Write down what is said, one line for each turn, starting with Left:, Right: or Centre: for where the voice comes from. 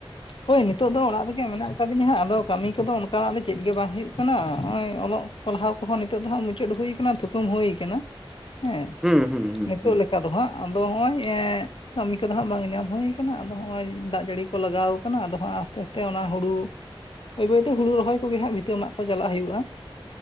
Left: ᱦᱳᱭ ᱱᱤᱛᱳᱜ ᱫᱚ ᱚᱲᱟᱜ ᱨᱮᱜᱮ ᱢᱮᱱᱟᱜ ᱜᱮ ᱠᱟᱫᱤᱧᱟ ᱦᱟᱸᱜ ᱟᱫᱚ ᱠᱟᱹᱢᱤ ᱠᱚᱫᱚ ᱚᱱᱠᱟᱱᱟᱜ ᱫᱚ ᱪᱮᱫ ᱜᱮ ᱵᱟᱝ ᱦᱩᱭᱩᱜ ᱠᱟᱱᱟ ᱱᱚᱜ ᱚᱭ ᱚᱞᱚᱜ ᱯᱟᱲᱦᱟᱣ ᱦᱚᱸ ᱱᱤᱛᱚᱜ ᱫᱚ ᱦᱟᱸᱜ ᱢᱩᱪᱟᱹᱫ ᱦᱩᱭ ᱠᱟᱱᱟ ᱛᱷᱩᱠᱟᱹᱢ ᱦᱩᱭ ᱠᱟᱱᱟ ᱦᱮᱸ
Centre: ᱦᱩᱸ ᱦᱩᱸ ᱦᱩᱸ
Left: ᱱᱤᱛᱚᱜ
Centre: ᱦᱩᱸ
Left: ᱞᱮᱠᱟ ᱠᱟ ᱫᱚ ᱦᱟᱸᱜ ᱟᱫᱚ ᱱᱚᱜᱼᱚᱭ ᱠᱟᱹᱢᱤ ᱠᱚᱫᱚ ᱦᱟᱸᱜ ᱵᱟᱝ ᱧᱟᱢ ᱦᱩᱭᱩ ᱠᱟᱱᱟ ᱟᱫᱚ ᱦᱚᱸᱜᱼᱚᱭ ᱫᱟᱜ ᱡᱟᱹᱲᱤᱼᱼ ᱠᱚ ᱞᱟᱜᱟᱣ ᱠᱟᱱᱟ ᱟᱫᱚ ᱦᱟᱸᱜ ᱟᱥᱛᱮ ᱟᱥᱛᱮ ᱚᱱᱟ ᱦᱩᱲᱩᱼᱼ ᱵᱟᱹᱭ ᱵᱟᱹᱭᱛᱮ ᱦᱩᱲᱩ ᱨᱚᱦᱚᱭ ᱠᱚᱜᱮ ᱦᱟᱸᱜ ᱵᱷᱤᱛᱟᱹ ᱢᱟᱜ ᱠᱚ ᱪᱟᱞᱟᱜ ᱦᱩᱭᱩᱜᱼᱟ᱾